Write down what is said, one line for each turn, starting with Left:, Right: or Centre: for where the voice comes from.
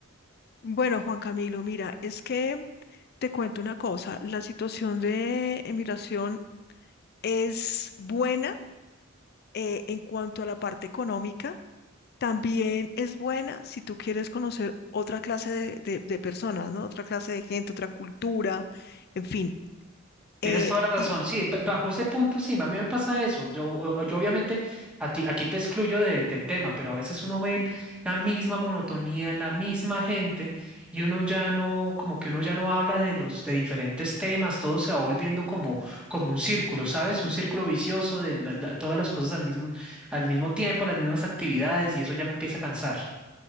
Left: Bueno, Juan Camilo, mira, es que te cuento una cosa, la situación de emigración es buena eh, en cuanto a la parte económica, también es buena si tú quieres conocer otra clase de, de de personas, ¿no? Otra clase de gente, otra cultura, en fin.
Centre: Tienes
Left: Eh,
Centre: toda la razón.
Left: y
Centre: Sí, ba- bajo ese punto sí, a mí me pasa eso. Yo, o- yo obviamente a ti, aquí te excluyo de- del tema, pero a veces uno ve el- la misma monotonía, la misma gente y uno ya no, como que uno ya no habla de los de diferentes temas, todo se va volviendo como, como un círculo, ¿sabes? Un círculo vicioso de la- la- todas las cosas al mismo, al mismo tiempo, las mismas actividades y eso ya me empieza a cansar.